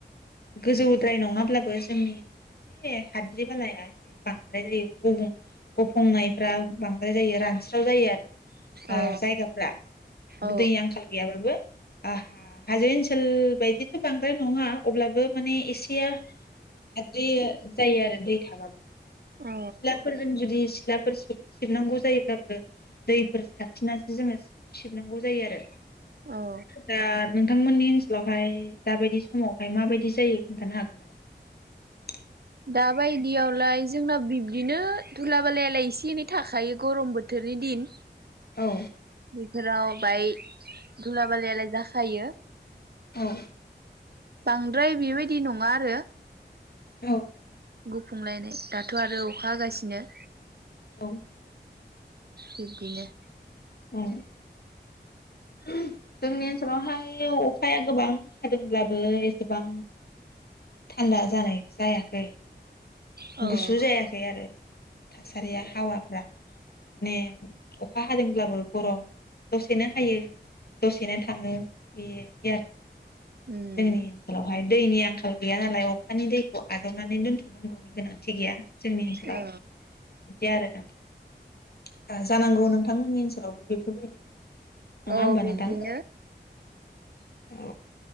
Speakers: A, on the left (about 60°); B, on the right (about 60°).
A: गोजौद्राय नङाब्लाबो जोंनि ओनसो एसे हाद्रि बालाया एसे बांद्राय जायो गफंनायफ्रा बांद्राय जायो रानस्राव जायो आरो
B: औ
A: जायगाफ्रा
B: औ
A: दैनि आंखाल गैयाबाबो आहा हाजो ओनसोल बायदिथ' बांद्राय नङा अब्लाबो माने एसेया हाद्रि जायो आरो दै थाबाबो
B: औ
A: सिलाफोरजों जुदि सिलाफोर सिबनांगौ जायोब्लाबो दैफोर सारस्रिनानैसो जोङो सिब नांगौ जायो आरो
B: औ
A: दा नोंथांमोननि ओनसोलावहाय दाबायदि समावहाय माबायदि जायो खोन्थानो हागोन नामा
B: दाबायदियावलाय जोंनाव बिब्दिनो धुला बालायालाय एसे एनै थाखायो गरम बोथोरनि दिन
A: औ
B: बेफोराव ओमाय धुला बालायालाय जाखायो
A: औ
B: बांद्राय बेबायदि नङा आरो
A: औ
B: गुफुंलायनाय दाथ' आरो अखा हागासिनो
A: औ
B: बिब्दिनो
A: औ जोंनि ओनसोलावहाय अखाया गोबां हादोंब्लाबो एसेबां थान्दा जानाय जायाखै
B: अ औ
A: गुसु जायाखै आरो थासारिया हावाफ्रा माने अखा हादोंब्लाबो गरम दसेनो हायो दसेनो थाङो बेदि आरो
B: उम
A: जोंनि ओनसोलावहाय दैनि आंखाल गैया नालाय अखानि दैखौ आजावनानै दोनथ'नांगौ। गोनांथि गैया जोंनि ओनसोलाव
B: औ
A: बिदि आरो जानांगौ नोंथांमोननि ओनसोलावबो बेफोरबायदि नङा
B: औ
A: होमबा
B: बिब्दिनो
A: नोंथां औ